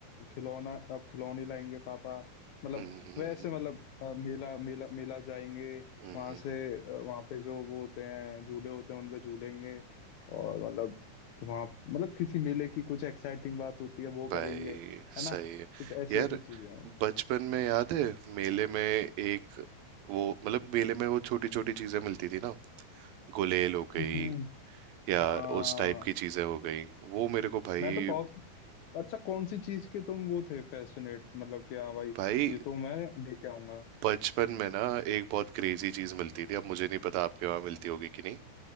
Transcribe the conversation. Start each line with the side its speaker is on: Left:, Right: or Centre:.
Left: खिलौना आप खिलौने लाएंगे पापा मतलब
Right: हम्म
Left: वैसे मतलब अ, मेला मेला मेला जाएंगे
Right: हम्म,
Left: वहां
Right: हम्म,
Left: से वहां पे जो वो होते हैं झूले होते हैं उनपे झूलेंगे और मतलब वहां मतलब किसी मेले की कुछ एक्साइटिंग बात होती है वो
Right: भाई
Left: करेंगे है ना
Right: सही है
Left: कुछ ऐसी
Right: यार
Left: ऐसी चीजें हैं
Right: बचपन में याद है मेले में एक वो मतलब मेले में वो छोटी छोटी चीजें मिलती थी ना गुलेल हो गई
Left: हम्म
Right: या
Left: हाँ
Right: उस टाइप की चीजें हो गई वो मेरे को भाई
Left: मैं तो बहुत अच्छा कौन सी चीज के तुम वो थे फैसिनेट मतलब कि हाँ भाई
Right: भाई
Left: ये तो मैं लेके आऊंगा
Right: बचपन में ना एक बहुत क्रेजी चीज मिलती थी अब मुझे नहीं पता आपके वहां मिलती होगी कि नहीं